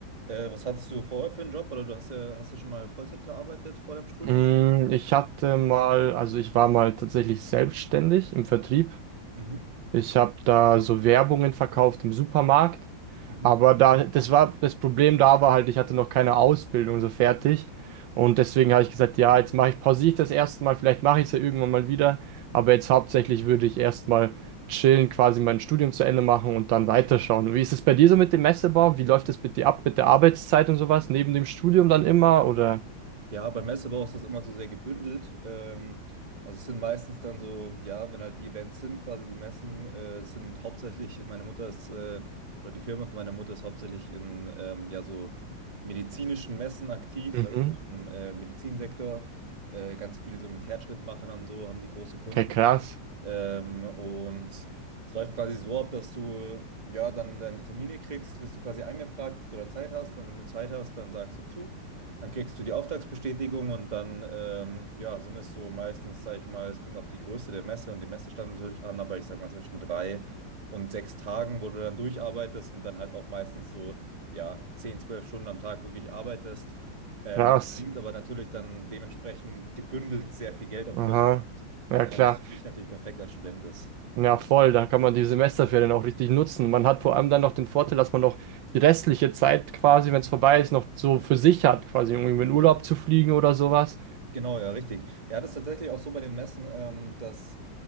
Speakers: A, on the right (about 25°); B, on the right (about 75°).
A: Äh, was hattest du vorher für einen Job? Oder du hast ja, hast du schon mal Vollzeit gearbeitet vor deinem Studium?
B: Mm, Ich hatte mal, also ich war mal tatsächlich selbstständig im Vertrieb.
A: Mhm.
B: Ich habe da so Werbungen verkauft im Supermarkt.
A: Mhm.
B: Aber da, das war, das Problem da war halt, ich hatte noch keine Ausbildung so fertig. Und deswegen habe ich gesagt, ja, jetzt mache ich, pausiere ich das erste Mal vielleicht mache ich es ja irgendwann mal wieder. Aber jetzt hauptsächlich würde ich erstmal chillen, quasi mein Studium zu Ende machen und dann weiterschauen. Wie ist es bei dir so mit dem Messebau? Wie läuft das mit dir ab, mit der Arbeitszeit und sowas? Neben dem Studium dann immer oder?
A: Ja, beim Messebau ist das immer so sehr gebündelt. Ähm, also es sind meistens dann so, ja, wenn halt die Events sind, quasi die Messen, äh, es sind hauptsächlich, meine Mutter ist, äh, oder die Firma von meiner Mutter ist hauptsächlich in, ähm, ja, so medizinischen Messen aktiv,
B: Mhm.
A: also im äh, Medizinsektor, äh, ganz viel so mit Herzschrittmachern und so haben die große Kunden.
B: Okay, krass,
A: Ähm, und es läuft quasi so ab, dass du ja dann deine Termine kriegst, wirst du quasi angefragt, ob du da Zeit hast. Und wenn du Zeit hast, dann sagst du zu. Dann kriegst du die Auftragsbestätigung und dann ähm, ja, sind es so meistens, sage ich mal, es kommt auf die Größe der Messe und die Messestadt natürlich an, aber ich sag mal zwischen drei und sechs Tagen, wo du dann durcharbeitest und dann halt auch meistens so ja, 10, 12 Stunden am Tag wirklich arbeitest. Ähm,
B: krass.
A: Mhm. verdient aber natürlich dann dementsprechend gebündelt sehr viel Geld auf
B: Aha.
A: kurze Zeit.
B: Ja,
A: Äh,
B: klar.
A: was für mich natürlich perfekt als Student ist.
B: Ja, voll, da kann man die Semesterferien auch richtig nutzen. Man hat vor allem dann noch den Vorteil, dass man noch die restliche Zeit quasi, wenn es vorbei ist, noch so für sich hat, quasi um irgendwie in Urlaub zu fliegen oder sowas.
A: Genau, ja, richtig. Ja, das ist tatsächlich auch so bei den Messen, ähm, dass